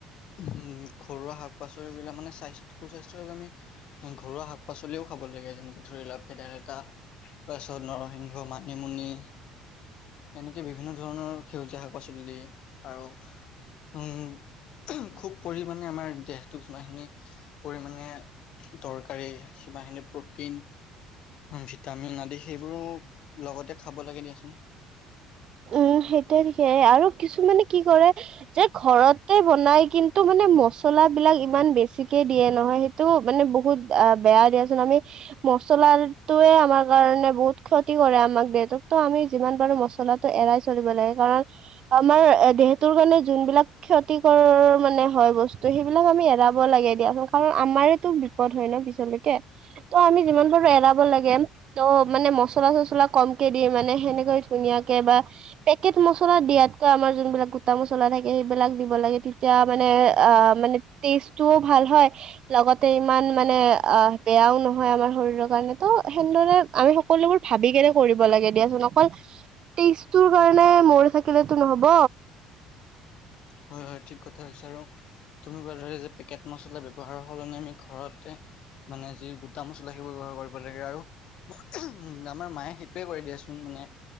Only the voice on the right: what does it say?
উম, সেইটোয়ে <unintelligible> আৰু কিছুমানে কি কৰে যে ঘৰতে বনাই কিন্তু মানে মছলা বিলাক ইমান বেছি <unintelligible> দিয়ে নহয় সেইটো মানে বহুত অ' বেয়া দিয়াচোন আমি মছলাটোৱে আমাৰ কাৰণে বহুত ক্ষতি কৰে আমাক দেউতাকতো আমি যিমান পাৰো মছলাটো এৰাই চলিব লাগে কাৰণ আমাৰ দেহতৰ কাৰণে যোনবিলাক ক্ষতিকৰ মানে হয় বস্তু সেইবিলাক আমি এৰাব লাগে দিয়াচোন কাৰণ আমাৰতো পদ হয় ন' পিছলৈকে। ত' আমি যিমান পাৰো এৰাব লাগে, ত' মানে মছলা চছলা কমকে দি মানে সেনেকৈ ধুনীয়াক বা পেকেট মছলা দিয়াতকৈ আমাৰ যোনবিলাক গো মা চলা থাকে সেইবিলাক দিব লাগে তেতিয়া মানে অ মানে টেষ্টটোও ভাল হয় লগতে ইমান মানে অ বেয়াও নহয় আমাৰ শৰীৰৰ কাৰণে ত সেনেদৰে আমি সকলোবোৰ ভাবি কেনে কৰিব লাগে দিয়াচোন অকল ট তৰ কাৰণে মৰি থাকিলেেতো নহব